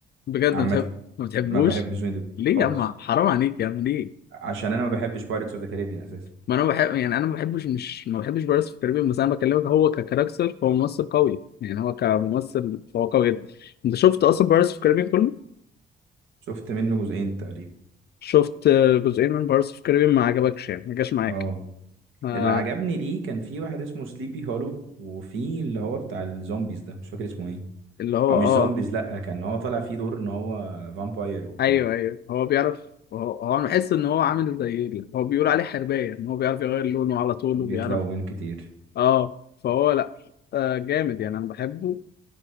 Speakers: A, on the left; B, on the right.
A: بجد
B: عامة
A: ما بتحب ما بتحبوش
B: ما بحبش جوني ديب
A: ليه
B: خالص
A: يا عم حرام عليك يا عم ليه
B: عشان انا ما بحبش بايرتس اوف ذا كاريبيان اساسا
A: ما انا بحب يعني انا ما بحبش مش ما بحبش بارس في كاريبيان بس انا بكلمك هو ككاركتر هو ممثل قوي يعني هو كممثل فهو قوي جدا انت شفت اصلا بارس في كاريبيان كله
B: شفت منه جزئين تقريبا
A: شفت جزئين من بارس في كاريبيان ما عجبكش يعني ما جاش معاك
B: اه
A: آه
B: اللي عجبني ليه كان في واحد اسمه سليبي هولو وفي اللي هو بتاع الزومبيز ده مش فاكر اسمه ايه
A: اللي هو
B: او مش زومبيز
A: اه
B: لا كان هو طالع فيه دور ان هو فامباير وبتاع
A: ايوه ايوه هو بيعرف هو هو انا بحس ان هو عامل زي ال- هو بيقول عليه حربايه ان هو بيعرف يغير لونه على طول
B: بيتلون
A: وبيعرف
B: كتير
A: اه فهو لا آه جامد يعني انا بحبه